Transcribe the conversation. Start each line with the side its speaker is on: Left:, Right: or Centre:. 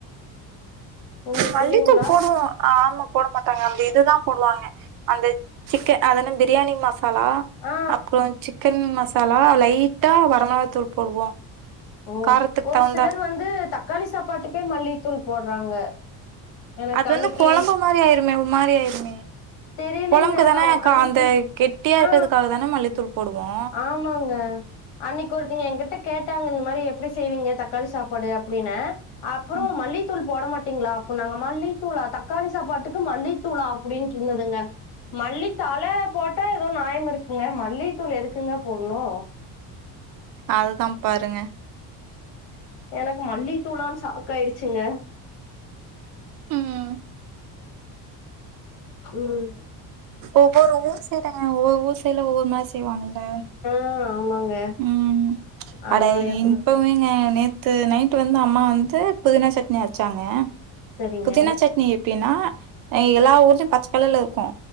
Left: உங்களுக்கு
Right: மல்லித்தூள்
Left: தெரியுங்களா
Right: போடுவோ ஆமா போட மாட்டாங்க அந்த இதுதா போடுவாங்க அந்த சிக்க அதென்ன பிரியாணி மச் மசாலா
Left: ஆ
Right: அப்புறோ சிக்கன் மசாலா லைட்டா வரமளாத்தூள் போடுவோ
Left: ஓ
Right: காரத்துக்கு
Left: ஒரு
Right: தகுந்தா
Left: சிலர் வந்து தக்காளி சாப்பாட்டுக்கே மல்லித்தூள் போடுறாங்க எனக்கு
Right: அது
Left: அன்னிக்கி
Right: வந்து கொழம்பு மாரி ஆயிருமே ஒ மாரி ஆயிருமே
Left: தெரியலங்க
Right: கொழம்புக்கு தானே கா
Left: அன்னைக்கு
Right: அந்த கெட்டியா இருக்குறதுக்காக
Left: ஆ
Right: தானே மல்லித்தூள் போடுவோ
Left: ஆமாங்க அன்னைக்கு ஒருத்தீங்க எ கிட்ட கேட்டாங்க இந்த மாரி எப்டி செய்வீங்க தக்காளி சாப்பாடு அப்டினு அப்புறோ
Right: ம்
Left: மல்லித்தூள் போட மாட்டீங்களா அப்புனாங்க மல்லித்தூளா தக்காளி சாப்பாட்டுக்கு மல்லித்தூளா அப்டின்டு இருந்ததுங்க மல்லித்தழ போட்டா ஏதோ நாயம் இருக்குங்க மல்லித்தூள் எதுக்குங்க போட்ணு
Right: அதுதா பாருங்க
Left: எனக்கு மல்லித்தூளான் சாக் ஆயிடுச்சுங்க
Right: ம்
Left: ம்
Right: ஒவ்வொரு ஊர் சைடுங்க ஒவ்வொரு ஊர் சைல ஒவ்வொரு மாரி செய்வாங்கல
Left: ஆ ஆமாங்க
Right: ம்
Left: அதனாலயா
Right: அட இன்பவேங்க
Left: கூட இருக்கு
Right: நே த்து நைட்டு வந்து அம்மா வந்து புதினா சட்னி அரச்சாங்க
Left: சரிங்க
Right: புதினா சட்னி எப்டின்னா அ எல்லா ஊர்லயு பச்சக்கலர்ல இருக்கு